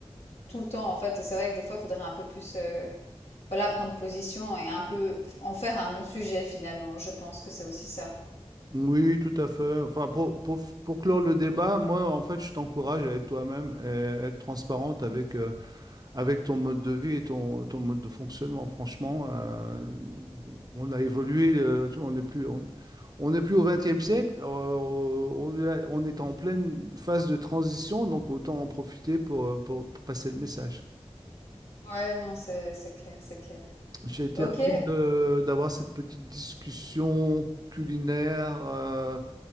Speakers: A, on the left; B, on the right.
A: tout le temps, en fait et c'est vrai que des fois, il faudrait un peu plus, heu, voilà, prendre position et un peu f en faire un non-sujet finalement. Je pense que c'est aussi ça.
B: Oui, tout à fait. Enfin, pour, pour, pour clore le débat, moi, en fait, je t'encourage à être toi-même et à être transparente avec, euh, avec ton mode de vie et ton, ton mode de fonctionnement. Franchement, euh, on a évolué, euh, tu vois, on n'est plus, on, on n'est plus au XXe siècle, euh, on, on est en pleine phase de transition, donc autant en profiter pour, euh, pour passer le message.
A: Ouais, non, c'est c'est clair, c'est clair.
B: J'ai été
A: OK,
B: ravi de- d'avoir cette petite discussion culinaire euh,